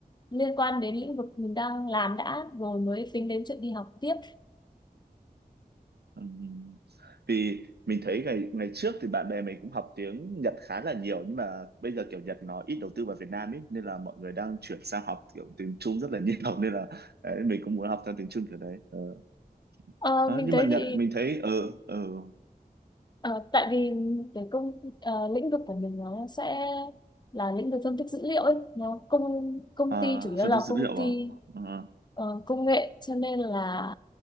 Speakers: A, on the left; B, on the right.
A: liên quan đến lĩnh vực mình đang làm đã rồi mới tính đến chuyện đi học tiếp
B: Ừ. Vì mình thấy ngày ngày trước thì bạn bè mình cũng học tiếng Nhật khá là nhiều nhưng mà bây giờ kiểu Nhật nó ít đầu tư vào Việt Nam ấy nên là mọi người đang chuyển sang học kiểu tiếng Trung rất là <laughs> nhiều nên là đấy, mình cũng muốn học theo tiếng Trung kiểu đấy ừ.
A: Ờ,
B: Ờ,
A: mình
B: nhưng
A: thấy
B: mà Nhật
A: thì
B: mình thấy ở ừ,
A: ờ, tại vì cái công ờ, lĩnh vực của mình nó sẽ là lĩnh vực phân tích dữ liệu ấy nó công công
B: ở
A: ty chủ yếu
B: à, phân
A: là
B: tích dữ
A: công
B: liệu
A: ty
B: à ờ
A: ờ, công nghệ cho nên là